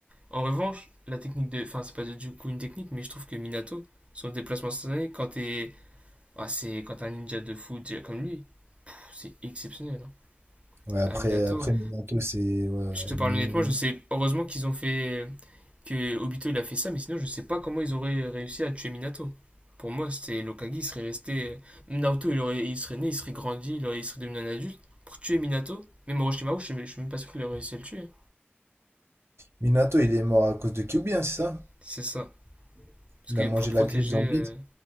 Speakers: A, on the right; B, on the right.
A: En revanche, la technique de. Enfin, c'est pas de- du coup une technique, mais je trouve que Minato, son déplacement instantané, quand t'es. Ah, c'est quand t'es un ninja de fou déjà comme lui, pff, c'est exceptionnel. hein.
B: Ouais, après,
A: Ah, Minato,
B: après Minato, c'est. ouais,
A: je te parle
B: Min-
A: honnêtement, je sais. Heureusement qu'ils ont fait. que Obito il a fait ça, mais sinon je sais pas comment ils auraient réussi à tuer Minato. Pour moi, c'était Lokagi, il serait resté. euh, Naruto, il, aurait, il serait né, il serait grandi, il, aurait- il serait devenu un adulte. Pour tuer Minato, même Orochimaru, je suis, je suis même pas sûr qu'il aurait réussi à le tuer.
B: Minato, il est mort à cause de Kyuubi, hein, c'est ça?
A: C'est ça. Parce
B: Il
A: que
B: a mangé
A: pour protéger.
B: la griffe dans
A: euh,
B: le bide.